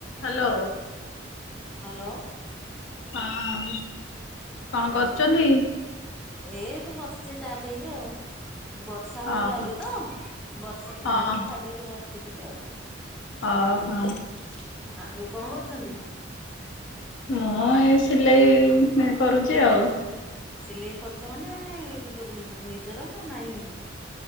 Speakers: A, on the left; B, in the centre.
A: Hello.
B: Hello.
A: ହଁ। କଣ
B: ହୁଁ
A: କରୁଛନ୍ତି?
B: ଏଇ ତୁ ବସିଚ ଚା ପିଇକି ଆଉ। ବର୍ଷା
A: ହଁ
B: ହଉଥିଲା ଏବେ ତ ବର୍ଷା ଛାଡିଲା
A: ହଁ
B: ଛାଡ଼ିକି ବସିଛି ଟିକେ ଆଉ।
A: ଓହୋ
B: ହୁଁ ଆଉ କଣ କରୁଛନ୍ତି?
A: ମୁଁ ଏଇ ସିଲାଇ କରୁଛି ଆଉ।
B: ସିଲେଇ କରୁଛ ମାନେ ମାନେ ନିଜର ନା ନାଇଁ।